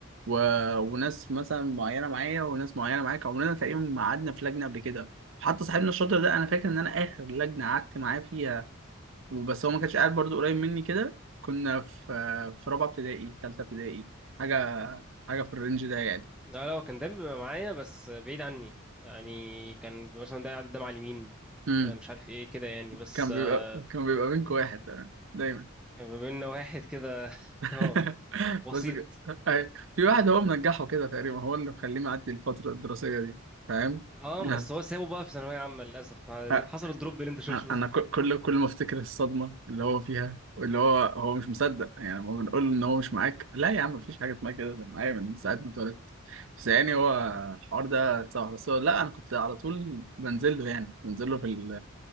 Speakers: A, on the right; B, in the centre.
A: و... وناس مثلا معينه معايا وناس معينه معاك عمرنا تقريبا ما قعدنا في لجنه قبل كده حتى صاحبنا الشاطر ده انا فاكر ان انا اخر لجنه قعدت معاه فيها وبس هو ما كانش قاعد برضو قريب مني كده كنا في في رابعه ابتدائي ثالثه ابتدائي حاجه حاجه في الرينج ده يعني
B: لا لا هو كان دايما بيبقى معايا بس بعيد عني يعني كان مثلا ده قاعد قدام على اليمين
A: امم
B: آه، مش عارف ايه كده يعني بس
A: كان بيبقى
B: آه،
A: كان بيبقى منكم واحد تمام دايما
B: بما ان واحد كده <laughs>
A: <laughs>
B: اه وسيط
A: بس ك- أي. في واحد هو منجحه كده تقريبا هو اللي مخليه معدي الفترة الدراسية دي فاهم؟
B: اه
A: لا
B: بس هو سابه بقى في ثانوية عامة للأسف
A: أ-
B: حصل الدروب اللي انت شفته
A: أنا ك- كل كل ما أفتكر الصدمة اللي هو فيها واللي هو هو مش مصدق يعني هو بنقول له إن هو مش معاك لا يا عم مفيش حاجة اسمها كده ده معايا من ساعة ما اتولدت بس يعني هو الحوار ده صعب بس هو لا أنا كنت على طول بنزل له يعني بنزل له في ال...